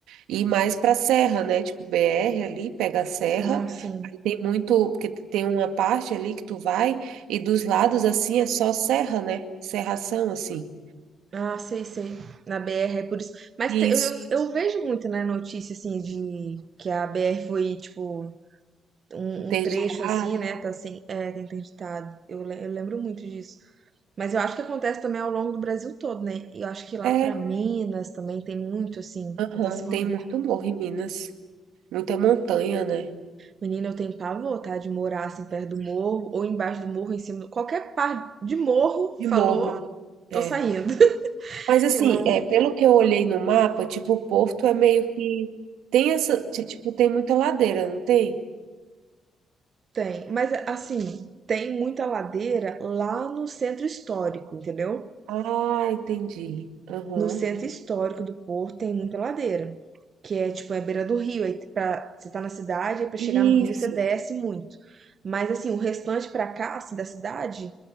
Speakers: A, on the right (about 85°); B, on the right (about 45°).
A: E mais pra serra, né? Tipo, BR ali, pega a serra,
B: Ah, sim.
A: aí tem muito, porque tem uma parte ali que tu vai, e dos lados, assim, é só serra, né? Serração, assim.
B: Ah, sei, sei. Na BR é por isso. Mas
A: Isso,
B: te- eu, eu vejo muito, né, notícia, assim, de que a BR foi, tipo, um,
A: interditada.
B: um trecho assim, né? Tá assim, é, tá interditado. Eu, le- eu lembro muito disso. Mas eu acho que acontece também ao longo do Brasil todo, né? E eu acho que lá
A: É,
B: pra Minas também tem muito, assim,
A: aham,
B: acontece muito.
A: tem muito morro em Minas. Muita montanha, né?
B: Menina, eu tenho pavor, tá? De morar assim perto do morro, ou embaixo do morro, em cima. do- Qualquer parte de morro
A: De
B: falou,
A: morro. É.
B: tô saindo. <laughs>
A: Mas assim,
B: Eu não
A: é, pelo que eu olhei no mapa, tipo, o Porto é meio que tem essa, ti- tipo, tem muita ladeira, não tem?
B: tenho. Mas assim, tem muita ladeira lá no centro histórico, entendeu?
A: Ah, entendi. Aham.
B: No centro histórico do Porto tem muita ladeira, que é tipo, é a beira do rio. Aí pra, você tá na cidade, aí pra
A: Isso.
B: chegar no rio você desce muito. Mas assim, o restante pra cá, assim, da cidade,